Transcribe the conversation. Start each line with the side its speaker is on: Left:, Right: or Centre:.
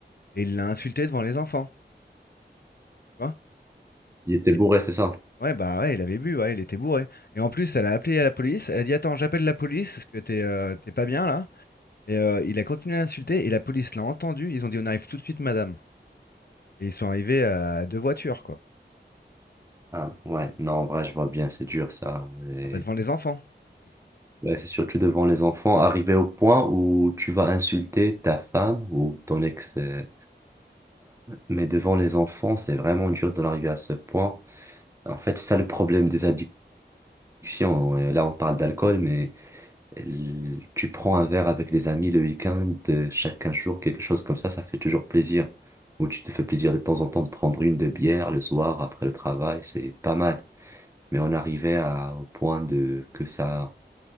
Left: et il l'a insulté devant les enfants. Tu vois?
Right: Il était
Left: Et,
Right: bourré, c'est ça?
Left: ouais, bah ouais, il avait bu, ouais, il était bourré. Et en plus, elle a appelé à la police. Elle a dit, Attends, j'appelle la police parce que t'es euh, t'es pas bien là. Et euh, il a continué à l'insulter et la police l'a entendu. Ils ont dit, On arrive tout de suite, madame. Et ils sont arrivés à deux voitures, quoi.
Right: Ah, ouais, non, en vrai, je vois bien, c'est dur ça. Mais...
Left: Ah, bah devant les enfants. en plus.
Right: ouais, c'est surtout devant les enfants, arriver au point où tu vas insulter ta femme ou ton ex-femme, mais devant les enfants, c'est vraiment dur d'en arriver à ce point. En fait, c'est ça le problème des addictions. Euh, Là, on parle d'alcool, mais euh, tu prends un verre avec des amis le week-end, euh, chaque 15 jours, quelque chose comme ça, ça fait toujours plaisir. Ou tu te fais plaisir de temps en temps de prendre une de bière le soir après le travail, c'est pas mal. Mais on arrivait à, au point de que ça